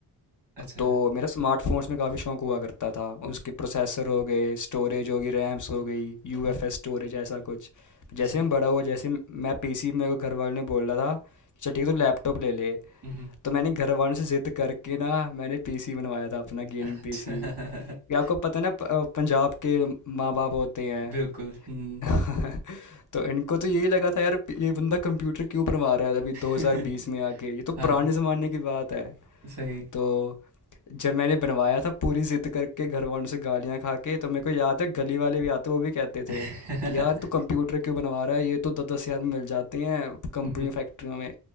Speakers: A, on the right; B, on the left.
A: अच्छा
B: तो मेरा स्मार्टफ़ोन्स में काफ़ी शौक हुआ करता था उसके प्रोसेसर हो गए स्टोरेज होगी रैम्स हो गई यू
A: हम्म,
B: एफ एस स्टोरेज ऐसा कुछ
A: अच्छा
B: जैसे हम बड़ा हुआ जैसे मैं पी सी मेरे को घर वालों ने बोल रहा था चल ठीक है तो लैपटॉप ले ले
A: हम्म,
B: तो मैंने घर वालों से ज़िद करके ना मैंने पीसी बनवाया था अपना गेमिंग
A: अच्छा
B: पीसी
A: <laughs>
B: ये आपको पता है ना प- अ, पंजाब के माँ बाप
A: हम्म,
B: होते हैं
A: बिल्कुल हम्म
B: <laughs> तो इनको तो यही लगा था यार ये बंदा कंप्यूटर क्यों बनवा रहा है अभी 2020
A: <laughs>
B: में आके ये तो पुराने
A: हाँ
B: ज़माने की बात है
A: सही
B: तो जब मैंने बनवाया था पूरी ज़िद करके घर वालों से गालियाँ खा के तो मेरे को याद है गली वाले भी आते वो भी कहते
A: <laughs>
B: थे कि यार तू कंप्यूटर क्यों बनवा रहा है ये तो दस दस हज़ार में मिल जाते हैं कंपनियों
A: हम्म,
B: फैक्ट्रियों में